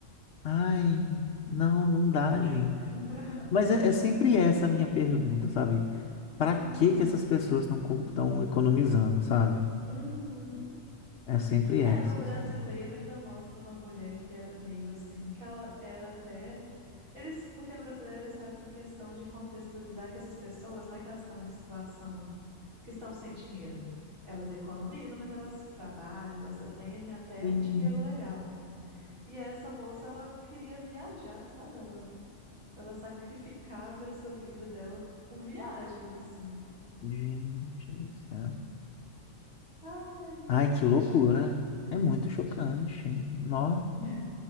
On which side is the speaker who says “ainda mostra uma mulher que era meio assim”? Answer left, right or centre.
Right